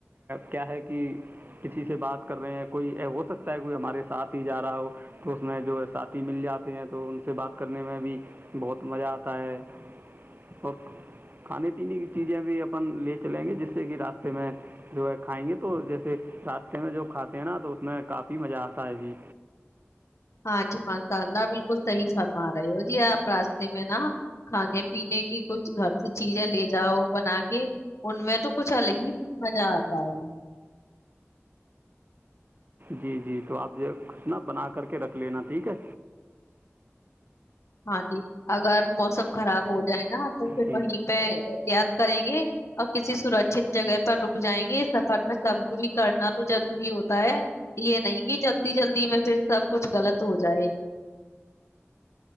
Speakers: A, on the right (about 40°); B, on the left (about 70°).
A: کیا ہے کہ کسی سے بات کر رہے ہیں کوئی ہو سکتا ہے کوئی ہمارے ساتھ ہی جا رہا ہو تو اس میں جو ہے ساتھی مل جاتے ہیں تو ان سے بات کرنے میں بھی بہت مزہ آتا ہے اور کھانے پینے کی چیزیں بھی اپن لے چلیں گے جس سے کہ راستے میں جو ہے کھائیں گے تو جیسے راستے میں جو کھاتے ہیں نا تو اس میں کافی مزہ آتا ہاں جی
B: ہاں جی مشاء اللہ بالکل صحیح فرما رہے ہو جی آپ راستے میں نا کھانے پینے کی کچھ گھر سے چیزیں لے جاؤ بنا کے ان میں تو کچھ الگ ہی مزہ آتا ہے
A: جی جی تو آپ جو کچ نا بنا کر کے رکھ لینا ٹھیک ہے
B: ہاں جی اگر موسم خراب ہو جائے نا تو پھر
A: جی
B: وہیں پہ احتیاط کریں گے اور کسی سرکچت جگہ پر رک جائیں گے اس سفر میں سب بھی کرنا تو ضروری ہوتا ہو ہے یہ نہیں گ جلدی جلدی میں پھر سب کچھ غلط ہو جائے